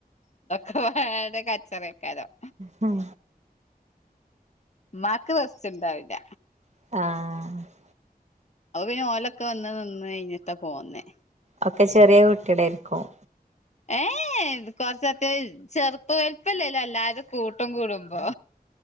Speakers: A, on the left; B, on the right.
A: ഇതൊക്കെ പാടെ കച്ചറേക്കാരം
B: ഹം
A: ഉമ്മാക്ക് റെസ്റ്റുണ്ടാവൂല
B: ആഹ്‌
A: അപ്പ പിന്നെ ഓലൊക്കെ വന്ന് നിന്ന് കഴിഞ്ഞിട്ടാ പോന്നേ
B: ഒക്കെ ചെറിയ കുട്ടികളാരിക്കും
A: ഏ കൊറച്ചൊക്കേ ചെറുപ്പ വലുപ്പമില്ല എല്ലാരും കൂട്ടം കൂടുമ്പോ